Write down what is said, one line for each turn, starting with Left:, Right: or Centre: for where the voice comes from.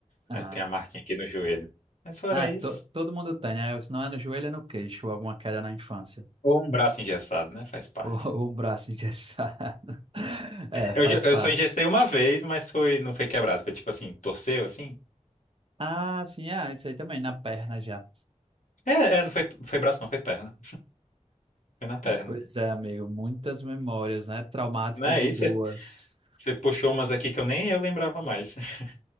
Right: Ah,
Left: Aí tem a marquinha aqui no joelho. Mas fora
Right: ah
Left: isso.
Right: to- todo mundo tem, né? Se não é no joelho, é no queixo, ou alguma queda na infância.
Left: Ou
Right: <laughs>
Left: um braço engessado, né? Faz parte.
Right: Ou, ou um braço engessado. <laughs> É,
Left: Eu,
Right: faz
Left: já- eu
Right: parte.
Left: só engessei uma vez, mas foi, não foi quebrado. Foi tipo assim, torceu assim.
Right: Ah, sim, ah, isso aí também, na perna já.
Left: É, é, não foi, foi braço, não, foi perna. Foi na perna.
Right: Pois é, amigo, muitas memórias, né? Traumáticas
Left: Né?
Right: e
Left: E
Right: boas.
Left: você você puxou umas aqui que eu nem eu lembrava mais. <laughs>